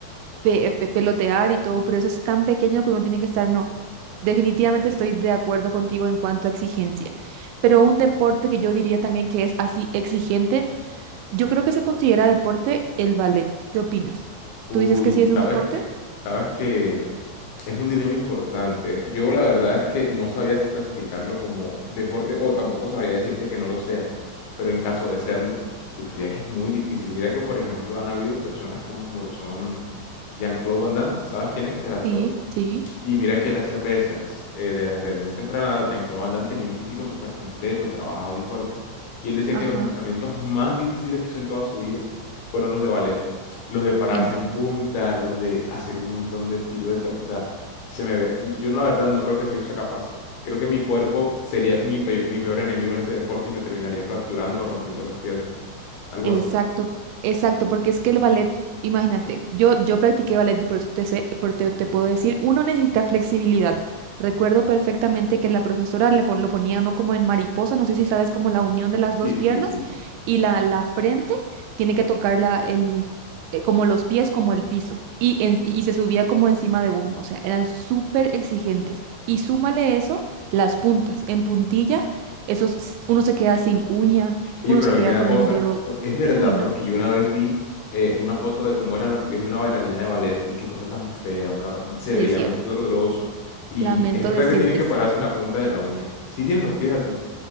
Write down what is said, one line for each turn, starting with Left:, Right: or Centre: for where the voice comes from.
Right: pe- pe- pelotear y todo, pero eso es tan pequeño que uno tiene que estar, no. Definitivamente estoy de acuerdo contigo en cuanto a exigencia, pero un deporte que yo diría también que es así exigente, yo creo que se considera deporte el ballet. ¿Qué opinas?
Left: Uy,
Right: ¿Tú dices que sí es
Left: sabes
Right: un deporte?
Left: que, sabes que es un dilema importante. Yo la verdad es que no sabría si clasificarlo como deporte o tampoco sabría decirte que no lo sea, pero en caso de serlo, yo creería que es muy difícil. Mira que, por ejemplo, han habido personas como lo son Jean-Claude Van Damme, ¿sabes quién es? El actor.
Right: Sí, sí,
Left: Y mira que él hacía pesas. eh, desde muy temprana edad, Jean-Claude Van Damme tenía un físico súper completo, trabajado y fuerte. Y él decía
Right: ajá,
Left: que los entrenamientos más difíciles que hizo en toda su vida fueron los de ballet. Los de pararse
Right: Imagínate.
Left: en punta, los de hacer un montón de piruetas. O sea, se me ve. Yo, yo la verdad no creo que si yo sea capaz. Creo que mi cuerpo sería mi peor, mi peor enemigo en ese deporte y me terminaría fracturando o rompiendo las piernas. Algo
Right: Exacto,
Left: así.
Right: exacto, porque es que el ballet, imagínate, yo, yo practiqué ballet y por eso te sé- por- te, te puedo decir, uno necesita flexibilidad. Recuerdo perfectamente que la profesora le pon- lo ponía uno como en mariposa, no sé si sabes, como la unión de las dos
Left: Sí,
Right: piernas
Left: sí, sí, sí.
Right: y la, la frente tiene que tocar la, el, eh, como los pies, como el piso, y, en- y se subía como encima de uno, o sea, eran súper exigentes. Y súmale eso, las puntas, en puntilla, esos, uno se queda sin uña
Left: Oye,
Right: uno
Left: pero
Right: se queda
Left: a mí me da
Right: con
Left: cosa.
Right: el dedo
Left: o- Es verdad,
Right: Uy, no,
Left: porque yo una vez vi eh, una foto de cómo eran los pies de una bailarina de ballet y qué cosa tan fea. O sea, se
Right: es
Left: veía
Right: cierto.
Left: muy doloroso. Y
Right: Lamento
Left: es verdad
Right: decirte
Left: que tienen que
Right: sí.
Left: pararse en la punta de la uña. ¿Sí tienen los pies así?